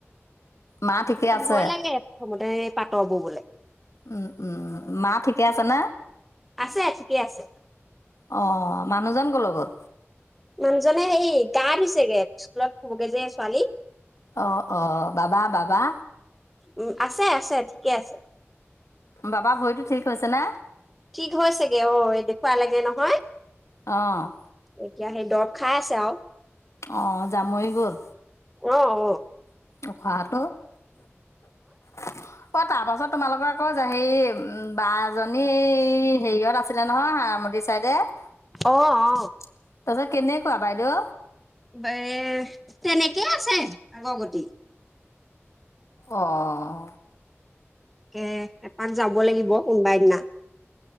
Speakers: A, on the left; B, in the centre.
A: মা ঠিকে আছে
B: ভয় লাগে প্ৰথমতে পাতৰ ববলে।
A: উম উম উম মা ঠিকে আছে ন।
B: আছে ঠিকে আছে
A: অ মানুহজন কলৈ গল?
B: মানুহজনে হেই গা ধুইছে গে স্কুলত থবগে যে ছোৱালী।
A: অ অ বাবা বাবা
B: উ আছে আছে ঠিকে আছে
A: বাবা ভৰিতো ঠিক হৈছে না
B: ঠিক হৈছেগে অ দেখুৱা লাগে নহয়
A: অ',
B: এতিয়া সেই দৰব খাই আছে আৰু।
A: অ জামৰী গল
B: অ অ
A: উখাহটো অ তাৰপাছত তোমালোকৰ আকৌ হেৰি বাছ জনী এই হেৰিয়ত আ আছিলে নহয় চাইদে টাৰচত
B: অ অ
A: কেনি কোৱা বাইদেউ।
B: বে তেনেকেই আছে আগৰ গতি।
A: অহ,
B: এ এপাক যাব লাগিব কোনোবাই দিনা।